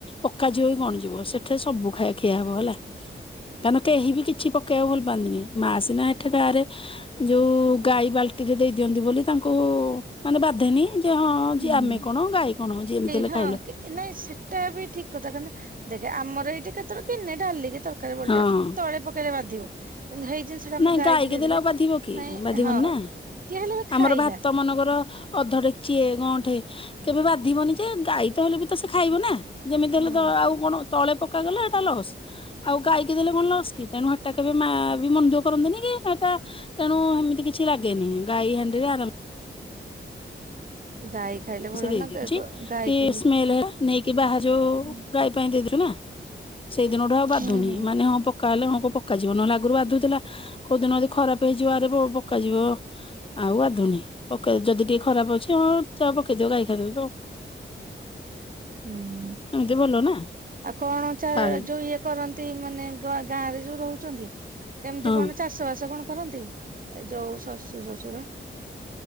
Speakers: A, on the left; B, on the right.
A: ପକାଯିବ କଣ ଯିବ। ସେଠି ସବୁ ଖାଇ ଖିଆ ହବ ହେଲା। କାରନ କେହି ବି କିଛି ପକେଇବାକୁ ଭଲ ପାଆନ୍ତିନି। ମା ସିନା ସେଠି ଗାଁରେ ଯୋଉ ଗାଈ ବାଲ୍ଟି ରେ ଦେଇ ଦିଅନ୍ତି ବୋଲି ତାଙ୍କୁ ମାନେ ବାଧେନି। ଯେ ହଁ
B: ହୁଁ
A: ଯିଏ ଆମେ କଣ ଗାଈ କଣ ଯିଏ ଏମିତି ହେଲେ
B: ହଁ
A: ଖାଇଲ।
B: କି ନାଇଁ ସେଟା ବି ଠିକ୍ କଥା। କାରଣ ଦେଖେ ଆମର ଏଇଠି କେତେବେଳେ ଗିନେ ଡାଲି କି ତର୍ ତରକାରୀ ବଳି
A: ହଁ।
B: ଯାଉଛି। ତଳେ ପକେଇଲେ ବାଧିବ। କିନ୍ତୁ ହେଇ ଜିନିଷ ଟା ଆମ
A: ନାଇଁ ଗାଈକି
B: ଦେଇଦେବେ
A: ଦେଲେ ଆଉ ବାଧିବ କି।
B: ନାଇଁ
A: ବାଧିବନି
B: ହଁ
A: ନା।
B: କିଏ ହେଲେ ବି ଖାଇଲା।
A: ଆମର ଭାତ ମନେକର ଅଧ ଡେକ୍ଚିଏ ଗଁଅଠେ କେବେ ବାଧିବନି ଯେ ଗାଈ ତ ହେଲେ ବି ତ ସେ ଖାଇବ ନା। ଯେମିତି ହେଲେ
B: ହୁଁ
A: ତ ଆଉ କଣ ତଳେ ପ ପକାଗଲା ଏଟା ଲସ୍। ଆଉ ଗାଇକି ଦେଲେ କଣ ଲସ୍ କି? ତେଣୁ ହେଟା କେବେ ମାଆ ବି ମନ ଦୁଃଖ କରନ୍ତିନି କି ସେଇଟା ତେଣୁ ଏମିତି କିଛି ଲାଗେନି। ଗାଈ ହାଣ୍ଡିରେ ଆରାମ
B: ଗାଈ ଖାଇଲେ ଭଲ
A: ସେ ଦେଇଦଉଛି
B: ନା ଗା ଗ ଗାଈକି
A: କି
B: ବି
A: ସ୍ମେଲ ହେଲା ନେଇକି ବାହା ଯୋଉ
B: ହୁଁ
A: ଗାଈ ପାଇଁ ଦେଇଥିଲୁ ନା। ସେଇଦିନ ଠୁ ଆଉ ବାଧୁନି।
B: ହୁଁ।
A: ମାନେ ହଁ ପ ପକା ହେଲେ ହଁମ ପକାଯିବ। ନହେଲେ ଆଗରୁ ବାଧୁଥିଲା। କୋଉଦିନ ଯଦି ଖରାପ ହେଇଯିବ ଆରେ ପ ପକାଯିବ। ଆଉ ବାଧୁନି। ପକେଇ ଯଦି ଟିକେ ଖରାପ ଅଛି ହଁ ଯ ପକେଇଦିଅ ଗାଇ ଖାଇଦବତ।
B: ଉଁ ହୁଁ,
A: ଏମିତି ଭଲ ନା
B: ଆଉ କଣ ଚା
A: ଖାଏ
B: ଯୋଉ ଇଏ କରନ୍ତି ମାନେ ଗ ଗାଁ ରେ ଯୋଉ ରହୁଛନ୍ତି କେମିତି
A: ହଁ
B: କଣ ଚାଷ ବାସ କଣ କରନ୍ତି? ଏ ଯୋଉ ଶଶୁ, ଶ୍ୱଶୁର।